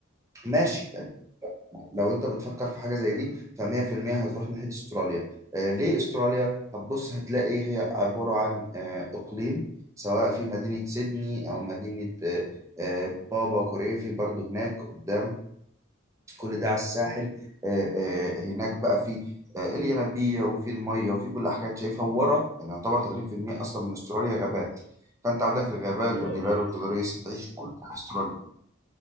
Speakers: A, on the right (about 15°); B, on the right (about 55°).
A: ماشي يعني لو انت بتفكر في حاجه زي دي ف100% هتروح ناحيه استراليا آه ليه استراليا هتبص هتلاقي هي عباره عن آه اقليم سواء في مدينه سيدني او مدينه آه آه بابا كوريا في برضه هناك قدام كل ده على الساحل آه، آه، هناك بقى في آه، الينابيع وفي الميه وفي كل حاجه انت شايفها ورا يعني يعتبر 80% اصلا من استراليا غابات فانت عندك الغابات
B: حلو
A: والجبال
B: أوي ده
A: والتضاريس هتعيش كل حاجة في استراليا